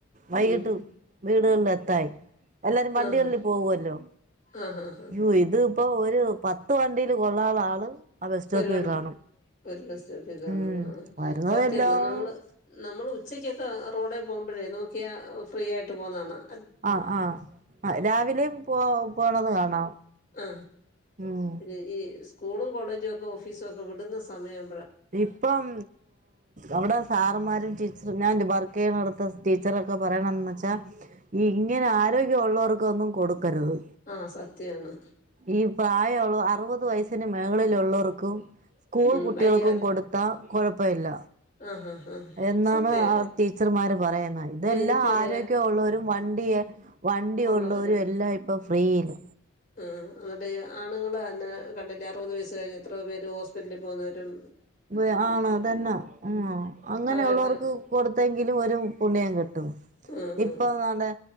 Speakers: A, on the right; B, on the left.
A: വൈകിട്ട്
B: ഉം
A: വീടുകളില ലായി. എല്ലാരും വണ്ടികളിൽ
B: ആഹാ
A: പോവുഅല്ലോ,
B: ആഹാ ഹാ
A: അയ്യോ ഇത് ഇപ്പോ ഒരു പത് ത്ത് വണ്ടിയില് കൊള്ളാനുള്ള ആള് ആ ബസ് സ്റ്റോപ്പിൽ
B: ഒരു വണ്ടി
A: കാണും.
B: ഒരു ബസ് സ്റ്റോപ്പി കാണും.
A: ഉം
B: ആ
A: വരുന്നതെല്ലാം
B: സത്യാണ് നമ്മള് നമ്മൾ ഉച്ചക്കൊക്കെ റോഡേ പോകുമ്പോഴേ നോക്കിയാ ഫ്രീ ആയിട്ട് പോന്ന കാണാം.
A: ആ ആ ആ രാവിലെയും പോ പോണത് കാണാം.
B: ആ
A: ഉം
B: പിന്നെ ഈ സ്കൂളും കോളേജും ഒക്കെ ഓഫീസ ഒക്കെ വിടുന്ന സമയം
A: ഇപ്പം അവിടെ സാറന്മാരും ചേച്ചി ഞാൻ വർക്ക് ചെയ്യണോടത്ത് ടീച്ചറൊക്കെ പറയണന്ന് വെച്ചാൽ ഈ ഇങ്ങനെ ആരോഗ്യം ഉള്ളവർക്ക് ഒന്നും കൊടു ക്കരുത്.
B: ആ സത്യാണ്
A: ഈ പായം അറുപത് വയന് മേളിലുള്ളവർക്കും സ്കൂൾ
B: ഉം
A: കുട്ടികൾക്കും
B: വയ്യ
A: കൊടുത്താ കുഴപ്പമില്ല.
B: ആ ഹാ ഹാ
A: എന്നാണ്
B: സത്യാ
A: ആ ടീച്ചർമാര് പറയുന്നേ. ഇതെല്ലാം
B: എനിക്കും അതെ
A: ആരോഗ്യഉള്ളോരും വണ്ടിയെ വണ്ടി
B: ഉള്ളവരും
A: ഉള്ളോരും എല്ലാം ഇപ്പം ഫ്രീയില്
B: ആ എന്നിട്ട് ആണുങ്ങൾ അതെന്നെ കണ്ടില്ലേ അറുപത് വയസ്സ് കഴിഞ്ഞ് എത്ര പേര് ഹോസ്പിറ്റലിൽ പോന്നോരും
A: വ് ആണ് തന്നെ ഉം അങ്ങനെയുള്ളവർക്ക്
B: അവരൊക്കെ
A: കൊടുത്തെങ്കിലും ഒരു പുണ്യം കിട് ട്ടും.
B: ആ
A: ഇപ്പൊ
B: ആ
A: അതെ